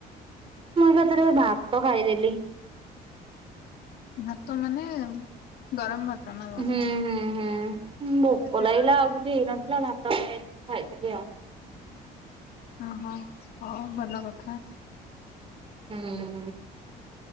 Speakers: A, on the right; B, on the left.
A: ମୁଁ ଏକାଥରେ ଭାତ ଖାଇଦେଲି।
B: ଭାତ ମାନେ ଗରମ ଭାତ ନା କଣ
A: ହୁଁ ହୁଁ ହୁଁ ଭୋକ
B: ଏତେ
A: ଲାଗିଲା ଆଉ କିଛି ହେଇନ ନଥିଲା ଭାତ ଖାଇ ଖାଇଦେଲି ଆଉ।
B: ଓହୋ ହଉ ଭଲ କଥା।
A: ହୁଁ।